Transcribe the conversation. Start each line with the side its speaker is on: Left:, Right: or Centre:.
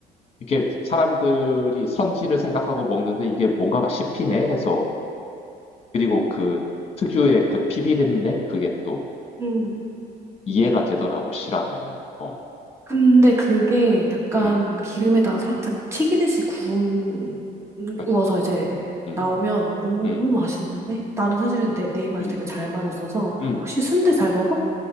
Left: 이게 사람들이 선지를 생각하고 먹는데 이게 뭔가가 씹히네 해서 그리고 그 특유의 그 피비린내 그게 또
Right: 음.
Left: 이해가 되더라고 싫어하면은. 어.
Right: 근데 그게 약간
Left: 음.
Right: 기름에다가 살짝 튀기듯이 구워서
Left: 그러니까.
Right: 이제
Left: 음.
Right: 나오면 너무
Left: 음.
Right: 맛있는데 나는 사실은
Left: 음.
Right: 내, 내 입맛이
Left: 음.
Right: 되게 잘 맞았어서
Left: 음.
Right: 혹시 순대 잘 먹어?